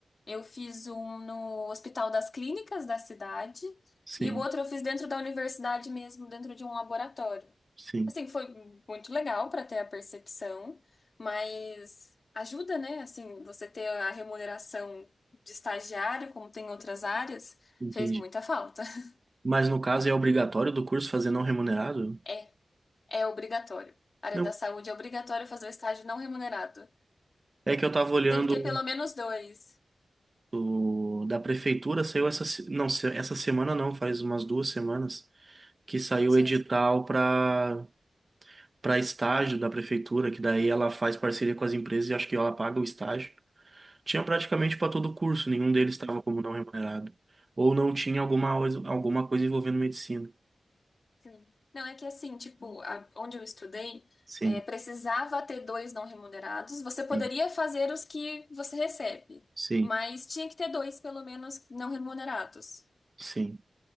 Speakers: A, on the left (about 55°); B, on the right (about 45°).
A: Eu fiz um no Hospital das Clínicas da cidade
B: Sim,
A: e o outro eu fiz dentro da universidade mesmo, dentro de um laboratório.
B: sim,
A: Assim, foi muito legal para ter a percepção, mas ajuda, né? Assim, você ter a remuneração de estagiário, como tem em outras áreas,
B: entendi.
A: fez muita falta. <laughs>
B: Mas no caso é obrigatório do curso fazer não remunerado?
A: É, é obrigatório. A área
B: Não.
A: da saúde é obrigatório fazer o estágio não remunerado.
B: É que eu tava olhando
A: Tem que ter pelo menos dois.
B: do- da prefeitura saiu essa, se- não, se- essa semana não, faz umas duas semanas, que saiu
A: Sim,
B: o edital para para estágio da prefeitura, que daí ela faz parceria com as empresas e acho que ela paga o estágio. Tinha praticamente para todo curso, nenhum deles estava como não remunerado. Ou não tinha alguma, ois- alguma coisa envolvendo medicina.
A: sim. Não, é que assim, tipo, a- onde eu estudei,
B: Sim,
A: é, precisava ter dois não remunerados. Você poderia
B: sim,
A: fazer os que você recebe,
B: sim,
A: mas tinha que ter dois, pelo menos, não remunerados.
B: sim.